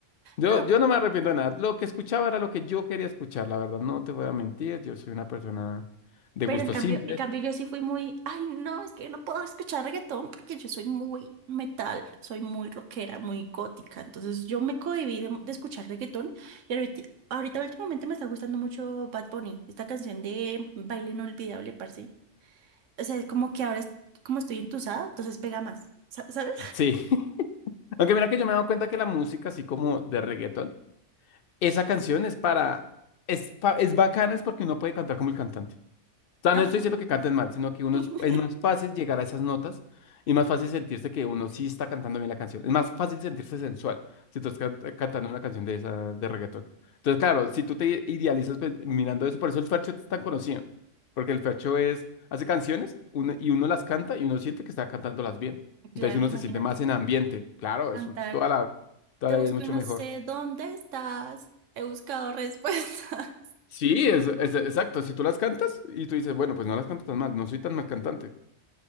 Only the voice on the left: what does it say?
Yo,
yo no me arrepiento de nada. Lo que escuchaba era lo que yo quería escuchar, la verdad, no te voy a mentir. Yo soy una persona de
gustos
simples.
Sí. <laughs> Aunque mira que yo me he dado cuenta que la música, así como de reggaetón, esa canción es para, es, pa- es bacana, es porque uno puede cantar como el cantante. sea,
no estoy diciendo que canten mal, sino que uno
es, es más fácil llegar a esas notas y más fácil sentirse que uno sí está cantando bien la canción. Es más fácil sentirse sensual si tú estás can- cantando una canción de esa de reggaetón. Entonces, claro, si tú te idealizas pues, mirando eso, por eso el Fercho es tan conocido, porque el Fercho es, hace canciones uno- y uno las canta y uno siente que está cantándolas bien. Entonces
uno
se siente más en ambiente. Claro,
eso toda la, toda
la
vida es mucho
mejor.
Sí, es, es- exacto. Si tú las cantas y tú dices, bueno, pues no las canto tan mal, no soy tan mal cantante.